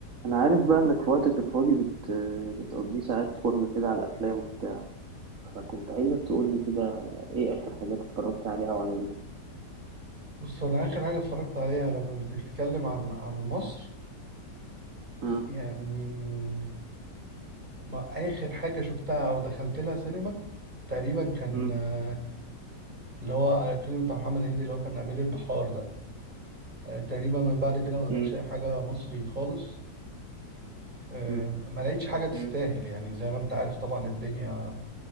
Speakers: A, on the right; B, on the right.
A: انا عارف بقى انك في وقتك الفاضي بت... بتقضيه ساعات فرجة كده على الافلام وبتاع فكنت عايزك تقولي كده ايه اخر حاجات اتفرجت عليها وعجبتك
B: بص انا اخر حاجه اتفرجت عليها لو بنتكلم عن عن مصر
A: مم.
B: يعني ما اخر حاجه شفتها او دخلت لها سينما تقريبا كان
A: مم.
B: آه، اللي هو الفيلم بتاع محمد هنيدي اللي هو كان امير البحار ده آه، تقريبا من بعد كده ما دخلتش
A: مم.
B: اي حاجه مصري خالص آه،
A: مم.
B: ما لقيتش حاجه تستاهل
A: مم.
B: يعني زي ما انت عارف طبعا الدنيا